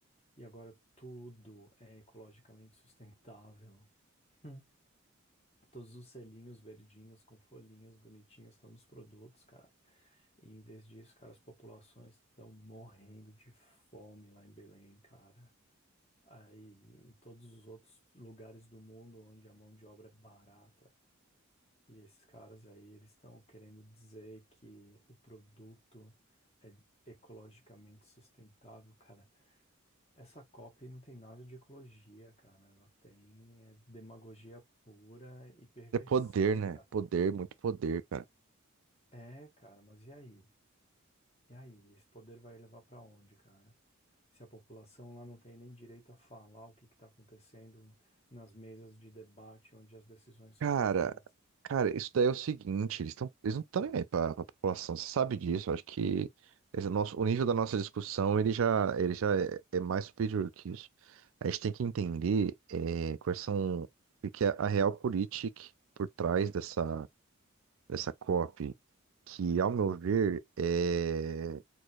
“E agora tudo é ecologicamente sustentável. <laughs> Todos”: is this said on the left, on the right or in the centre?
Left